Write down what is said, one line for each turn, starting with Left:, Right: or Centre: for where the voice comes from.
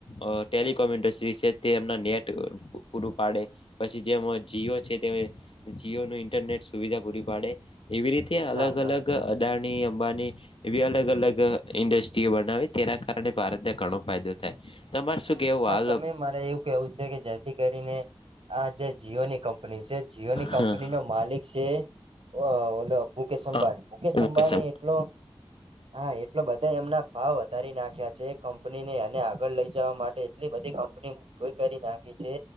Left: અ ટેલિકોમ ઇન્ડસ્ટ્રી છે તે એમના નેટ પૂરું પાડે! પછી જેમ જીઓ છે તે જીઓનું ઇન્ટરનેટ સુવિધા પૂરી પાડે એવી રીત ત્યાં
Right: હા
Left: અલગ
Right: હા
Left: અલગ અદાણી અંબાની એવી અલગ અલગ ઇન્ડસ્ટ્રીઓ બનાવી તેના કારણે ભારતને ઘણો ફાયદો થાય. તમારે શું કેવું
Right: હા
Left: હાલ
Right: તમે મારે એવું કેવું છે કે જેથી કરીને આ જે જીઓ ની કંપની છે જીઓ ની કંપની
Left: હા
Right: નો માલિક છે ઓ ઓલો મુકેશ અંબાણી
Left: અ
Right: મુકેશ
Left: ઓકે
Right: અંબાણી
Left: સર
Right: એટલો હા એટલો બધા એમના ભાવ વધારી નાખ્યા છે કંપની ને અને આગળ લઇ જવા માટ ટે એટલી બધી કંપની <unintelligible> કરી નાખી છે.